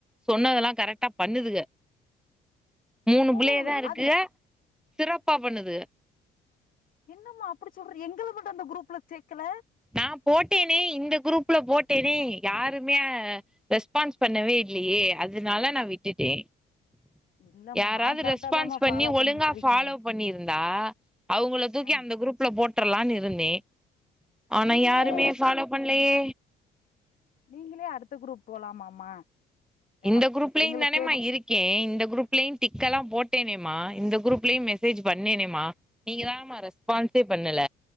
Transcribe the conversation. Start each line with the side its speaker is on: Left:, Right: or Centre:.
Centre: சொன்னதெல்லா கரெக்டா பண்ணுதுக மூணு
Left: ஓ
Centre: புள்ளையதா இருக்கு
Left: அது
Centre: சிறப்பா பண்ணுதுக
Left: என்னம்மா அப்டி சொல்ற எங்கள மட்டு அந்த குரூப்ல சேக்கல
Centre: நா போட்டேனே இந்த குரூப்ல போட்டேனே யாருமே ரெஸ்பான்ஸ் பண்ணவே இல்லையே அதுனால நா விட்டுட்டே
Left: இல்லம்மா
Centre: யாராது
Left: நா கரெக்டா
Centre: ரெஸ்பான்ஸ்
Left: தாமா
Centre: பண்ணி
Left: ஃபாலோ பண்ணிட்டு
Centre: ஒழுங்கா
Left: இருக்கே
Centre: ஃபாலோ பண்ணிருந்தா அவுங்கள தூக்கி
Left: ஆ
Centre: அந்த குரூப்ல போட்ரலானு இருந்தே அனா
Left: நீங்களே
Centre: யாருமே ஃபாலோ பண்லையே
Left: நீங்களே அடுத்த குரூப் போலாமாமா ஏமா
Centre: இந்த குரூப்லயுந்தானமா
Left: எங்கள சே
Centre: இருக் கே இந்த குரூப்லயு டிக்கலா போட்டேனேமா இந்த குரூப்லயு மெசேஜ் பண்ணேனேமா நீங்க தானமா ரெஸ்பான்ஸே பண்ணல